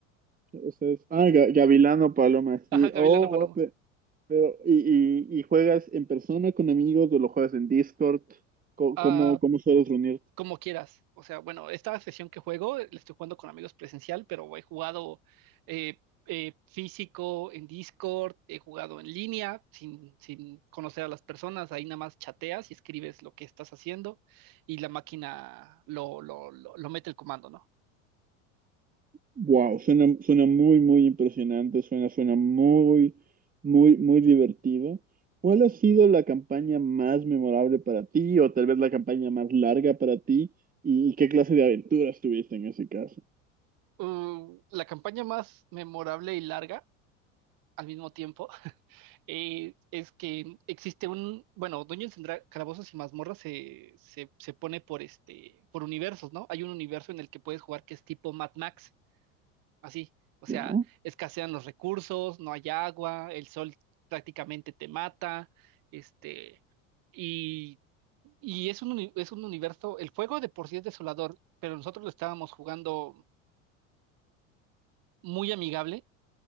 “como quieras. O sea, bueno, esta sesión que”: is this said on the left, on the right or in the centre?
Right